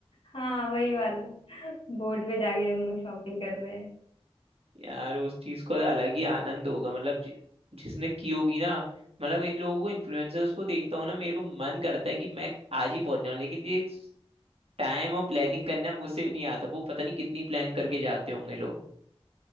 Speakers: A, on the left; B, on the right.
A: हाँ वही वाला बोट पे जाके हम लोग शॉपिंग कर रहे हैं
B: यार उस चीज को तो अलग ही आनंद होगा मतलब जि, जिसने की होगी ना मतलब इन लोगों को इन्फ्लुएंसर्स को देखता हूँ ना मेरे को मन करता है कि मैं आज ही पहुंच जाऊं लेकिन ये टाइम और प्लानिंग
A: <laughs>
B: करना मुझसे नहीं आता वो पता नहीं कितनी प्लान करके जाते होंगे लोग